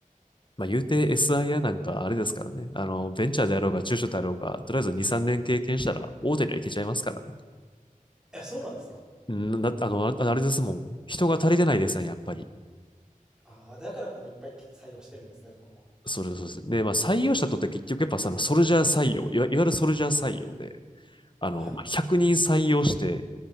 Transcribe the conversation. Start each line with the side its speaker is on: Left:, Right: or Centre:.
Left: まあ言うて SIR なんかあれですからね。あの、ベンチャーであろうが中小であろうが、とりあえず2、3年経験したら大手にはいけちゃいますから
Centre: え、そうなんですか
Left: ね。んな、あの、あれですもん。人が足りてないですね、やっぱり。
Centre: ああ、だからこんないっぱい採用してるんですね、どこも。
Left: それそうです。で、まあ採用者とって結局やっぱそのソルジャー採用、いわいわゆるソルジャー採用で、あの、
Centre: はい。
Left: まあ100人採用して、